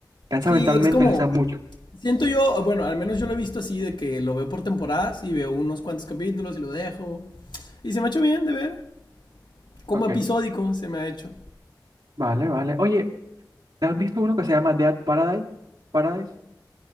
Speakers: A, on the right; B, on the left.
A: Cansa
B: Sí,
A: mentalmente,
B: es como.
A: cansa mucho.
B: Siento yo, bueno, al menos yo lo he visto así, de que lo veo por temporadas y veo unos cuantos capítulos y lo dejo. Y se me ha hecho bien de ver. Como
A: Ok,
B: episódico se me ha hecho.
A: vale, vale. Oye, ¿te has visto uno que se llama Dead Paradise? Paradise?